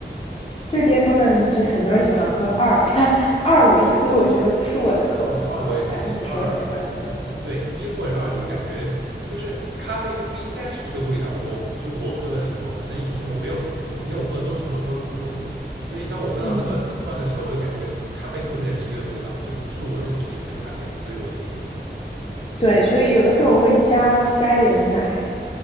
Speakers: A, on the left; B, on the right.
A: 这边他们其实很多人喜欢喝二，但二我一喝，我觉得不是我的口口感，
B: 哦，二我也不行，
A: 不是我喜欢。
B: 二，
A: 对
B: 嗯，对，一或者二，就是感觉就是咖啡就不应该是这个味道。我就是我喝的时候，可能以前我没有喝，以前我喝的都是那种稍微苦苦的，所以当我喝到那个酸的时候，
A: 嗯
B: 我就感觉咖啡不能是这个味道，这不是我认知里面的咖啡，所以我就不喝。嗯
A: 对，所以有的时候我会加加一点奶。